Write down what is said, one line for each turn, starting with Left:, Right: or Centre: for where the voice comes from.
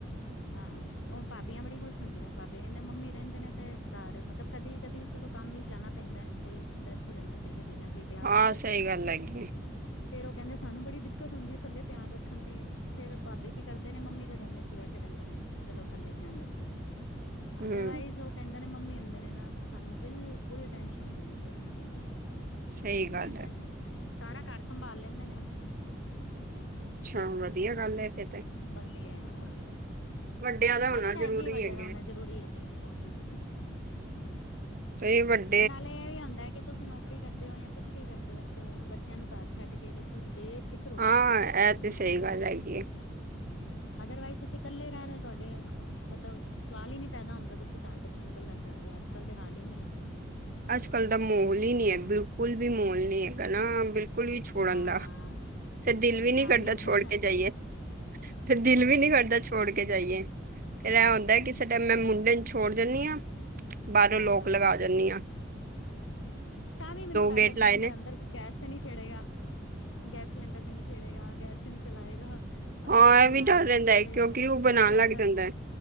Left: ਹਾਂ, ਉਹ ਭਾਬੀਆਂ ਬੜੀ ਖੁਸ਼ ਹੁੰਦੀਆਂ ਨੇ, ਭਾਬੀਆਂ ਕਹਿੰਦੇ ਮੰਮੀ ਰਹਿੰਦੇ ਨੇ, ਤੇ ਘਰ ਮਤਲਬ ਕਦੀ ਕਦੀ ਚਲੋ ਕੰਮ ਵੀ ਜਾਣਾ ਪੈਂਦਾ ਹੈ, ਕੋਈ ਡੈਥ ਹੋ ਜਾਂਦੀ ਕਿਸੇ ਦੀ ਆਂ। ਬਈ ਵਿਆਹ
Right: ਹਾਂ
Left: ਵੁਓ ਤੇ,
Right: ਸਹੀ ਗੱਲ ਹੈਗੀ
Left: ਫੇਰ ਉਹ ਕਹਿੰਦੇ ਸਾਨੂੰ ਬੜੀ ਦਿੱਕਤ ਹੁੰਦੀ ਥੱਲੇ ਧਿਆਨ ਰੱਖਣ ਦੀ। ਫੇਰ ਭਾਬੀ ਕੀ ਕਰਦੇ ਨੇ, ਮੰਮੀ ਦੇ ਰੂਮ ਵਿੱਚ ਹੀ ਬੈਠੇ ਰਹਿੰਦੇ ਨੇ। ਚਲੋ ਥੱਲੇ, ਧਿਆਨ ਰੱਖਣਾ,
Right: ਹੂੰ
Left: ਅਦਰਵਾਈਜ਼ ਉਹ ਕਹਿੰਦੇ ਨੇ, ਮੰਮੀ ਹੁੰਦੇ ਨੇ ਨਾ, ਤਾਂ ਸਾਨੂੰ ਬਿਲਕੁਲ ਟੈਨਸ਼ਨ ਨੀ ਹੁੰਦੀ, ਬਿਲਕੁਲ ਵੀ।
Right: ਸਹੀ ਗੱਲ
Left: ਮੈਂ ਕਿਹਾ,
Right: ਹੈ
Left: ਅਛਾ, ਸਾਰਾ ਘਰ ਸੰਭਾਲ ਲੈਂਦੇ ਨੇ ਉਹ।
Right: ਅੱਛਾ, ਵਧੀਆ ਗੱਲ ਹੈ ਫੇਰ ਤੇ!
Left: ਵਧੀਆ,
Right: ਵੱਡਿਆਂ ਦਾ ਹੋਣਾ
Left: ਅੱਛਾ
Right: ਜ਼ਰੂਰੀ
Left: ਹੈ ਜੀ। ਵੱਡਿਆਂ
Right: ਹੈਗਾ।
Left: ਦਾ ਹੋਨਾ ਜ਼ਰੂਰੀ ਹੈ ਜੀ, ਬਹੁਤ ਜ਼ਰੂਰੀ।
Right: ਕਈ ਵਡ
Left: ਨਾਲੇ ਇਹ ਵੀ ਹੁੰਦਾ। ਕਿ ਤੁਸੀਂ ਨੌਕਰੀ ਕਰਦੇ ਹੋ, ਜਾਂ ਕੁਛ ਵੀ ਕਰਦੇ ਹੋ, ਤੇ ਬੱਚਿਆਂ ਨੂੰ ਘਰ ਛੱਡ ਕੇ ਤੁਸੀਂ ਬੇਫਿਕਰ ਰੋਕੇ
Right: ਹਾਂ
Left: ਜਾ ਸਕਦੇ
Right: ਇਹ
Left: ਹੋ, ਕਿ
Right: ਤੇ
Left: ਮੰਮੀ
Right: ਸਹੀ
Left: ਹੈ।
Right: ਗੱਲ ਹੈਗੀ ਹੈ।
Left: ਅਦਰਵਾਈਜ਼, ਤੁਸੀਂ ਇਕੱਲੇ ਰਹਿ ਰਹੇ ਹੋ, ਤੁਹਾਡੇ ਮਤਲਬ? ਸਵਾਲ ਹੀ ਨਹੀਂ ਪੈਦਾ ਹੁੰਦਾ, ਤੁਸੀਂ ਘਰ ਬੱਚੇ ਨੂੰ ਇਕੱਲਾ ਛੱਡ ਦਿਓ, ਅੱਜ- ਕੱਲ੍ਹ ਤਾਂ ਹਾਲ ਹੀ ਨਹੀਂ ਹੈ।
Right: ਅੱਜ -ਕੱਲ ਦਾ ਮਾਹੌਲ ਹੀ ਨਹੀਂ ਹੈ, ਬਿਲਕੁਲ ਵੀ ਮਾਹੌਲ ਨੀ ਹੈਗਾ ਨਾ, ਬਿਲ ਕੁੜੀ ਨੂ ਛੋੜਣ
Left: ਹਾਂ
Right: ਦਾ, ਫਿਰ ਦਿਲ ਵੀ ਨੀ
Left: ਡਰ
Right: ਕਰਦਾ,
Left: ਹੀ ਲੱਗਦਾ
Right: ਛੋੜ ਕੇ ਜਾਈਏ। ਫਿਰ ਦਿਲ
Left: ਹਾਂਜੀ
Right: ਵੀ ਨੀ ਕਰਦਾ ਛੋੜ ਕੇ ਜਾਈਏ, ਫੇਰ ਇਹ
Left: ਸਹੀ
Right: ਹੁੰਦਾ
Left: ਗੱਲ
Right: ਹੈ ਕਿਸੇ ਟ ਮੈਂ ਮੁੰਡੇ ਨੂੰ ਛੋੜ ਦੇਨੀ ਆ। ਬਾਹਰੋਂ
Left: ਹਾਂ
Right: ਲੋਕ
Left: ਹਾਂ
Right: ਲਗਾ ਜਾਨੀ ਆ।
Left: ਤਾਂ ਵੀ ਮੈਨੂੰ ਡਰ
Right: ਗੇਟ
Left: ਲੱਗਦਾ
Right: ਲਾਏ
Left: ਰਹਿੰਦਾ,
Right: ਨੇ
Left: ਅੰਦਰ ਗੈਸ ਤੇ ਨੀ ਛੇੜੇਗਾ, ਗੈਸ ਸਿਲੰਡਰ ਤੇ ਨੀ ਛੇੜੇਗਾ, ਗੈਸ ਤੇ ਨੀ ਚਲਾਏਗਾ। ਅੰਦਰ
Right: ਹਾ,
Left: ਕੁਛ
Right: ਇਹ
Left: ਬਣਾਣ
Right: ਵੀ ਡਰ
Left: ਨਾ ਲੱਗ
Right: ਰਹਿੰਦਾ ਹੈ,
Left: ਜੇ
Right: ਕਿਉਂਕਿ ਉਹ ਬਣਾਉਣ
Left: ਡਰ ਲੱਗਦਾ
Right: ਲੱਗ ਜਾਂਦਾ
Left: ਰਹਿੰਦਾ
Right: ਹੈ।